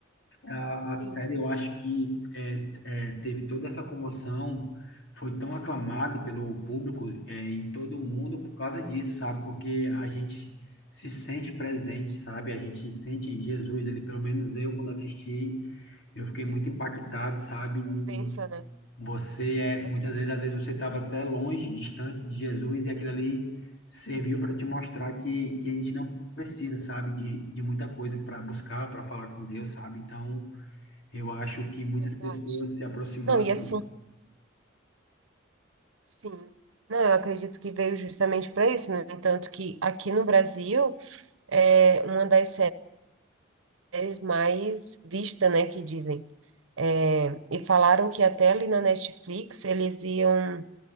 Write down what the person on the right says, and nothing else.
Sim.
A presença,
né?
Aham,
Verdade.
Não, e assim, Sim, não, eu acredito que veio justamente para isso. No entanto, que aqui no Brasil é uma das séries mais vista, né, que dizem. É, e falaram que até ali na Netflix eles iam